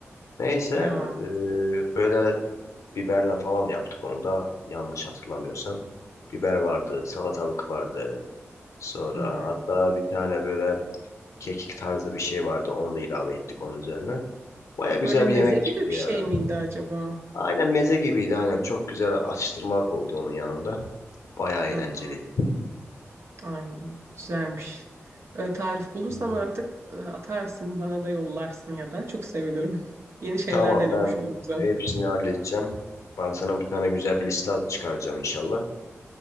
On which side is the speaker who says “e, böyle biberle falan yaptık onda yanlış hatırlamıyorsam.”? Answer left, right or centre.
Left